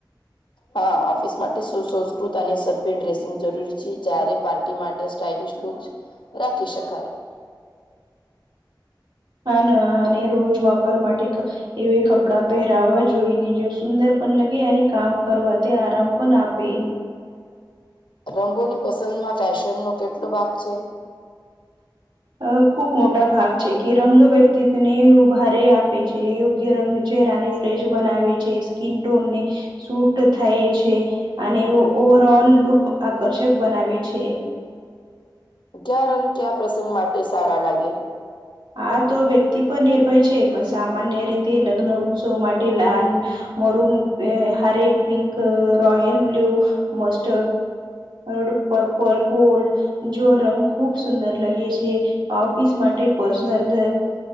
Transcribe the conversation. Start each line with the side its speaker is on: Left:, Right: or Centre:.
Left: હા ઓફિસ માટે સુસંસ્કૃત અને સભ્ય ડ્રેસિંગ જરૂરી છે જયારે પાર્ટી માટે સ્ટઇલશ લુક. રાખી શકાય.
Right: હા ન અને રોજ વાપર માટે એવે કપડાં પહેરાવા જોઈને જો સુંદર પણ લગે અને કામ કરવા તે આરામ પન આપે.
Left: રંગોની પસંદમાં ફેશનનો કેટલો ભાગ છે?
Right: અ ખુબ મોટા ભાગ છે. કે રંગ વ્યક્તિત્ને ઉભારે આપે છે. યોગ્ય રંગ જે રાની ફ્રેશ બનાવે છે. સ્કીન ટોનને સુટ થાય છે. અને વો ઓવરઓલ લુક આકર્ષક બનાવે છે.
Left: ક્યા રંગ ક્યા પ્રસંગ માટે સારા લાગે?
Right: આ તો વ્યક્તિ પર નિર્ભય છે. પણ સામાન્ય રીતે લગ્ન ઉત્સવ માટે લાલ મરુન, હરે પિંક, રોયલ બ્લુ, મસ્ટર્ડ. ઓર પર્પલ, ગોલ્ડ. જો રંગ ખુબ સુંદર લગે છે. ઓફીસ માટે પર્સનલ